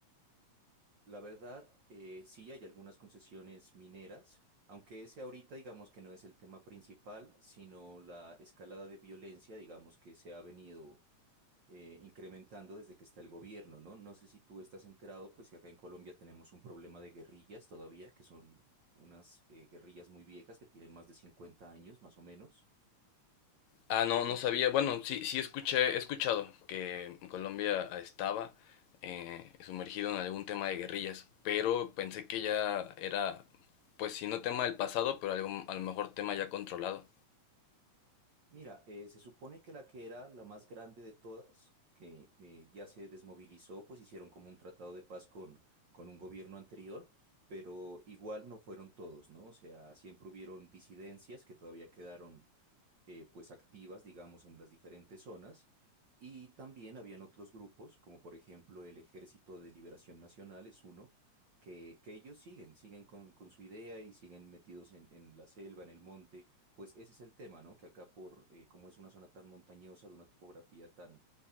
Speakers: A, on the right; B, on the left.
A: La verdad, eh, sí hay algunas concesiones mineras, aunque ese ahorita digamos que no es el tema principal, sino la escalada de violencia, digamos que se ha venido eh, incrementando desde que está el gobierno, ¿no? No sé si tú estás enterado, pues que acá en Colombia tenemos un problema de guerrillas todavía, que son unas eh, guerrillas muy viejas que tienen más de 50 años, más o menos.
B: Ah, no, no
A: Ento-
B: sabía. Bueno, sí, sí escuché, he escuchado que Colombia estaba eh, sumergido en algún tema de guerrillas, pero pensé que ya era, pues si no tema del pasado, pero algún, a lo mejor tema ya controlado.
A: Mira, eh, se supone que la que era la más grande de todas, que eh, ya se desmovilizó, pues hicieron como un tratado de paz con, con un gobierno anterior, pero igual no fueron todos, ¿no? O sea, siempre hubieron disidencias que todavía quedaron eh, pues activas, digamos, en las diferentes zonas. Y también habían otros grupos, como por ejemplo el Ejército de Liberación Nacional es uno, que, que ellos siguen, siguen con, con su idea y siguen metidos en, en la selva, en el monte. Pues ese es el tema, ¿no? Que acá por, eh, como es una zona tan montañosa, de una topografía tan